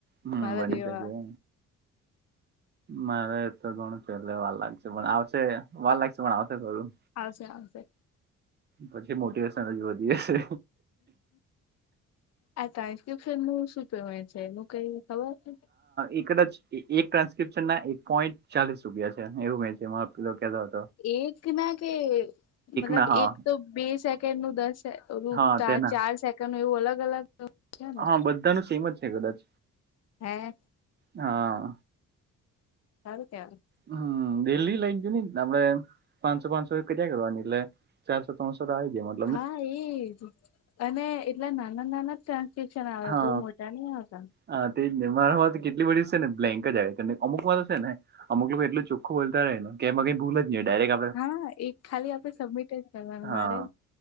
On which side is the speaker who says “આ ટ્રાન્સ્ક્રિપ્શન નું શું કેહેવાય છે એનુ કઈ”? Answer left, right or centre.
Left